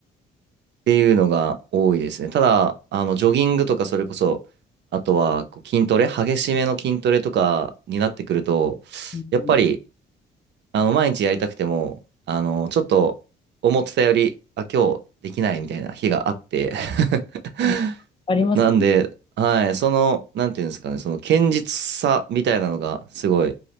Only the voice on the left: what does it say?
うん、
うんありますよね。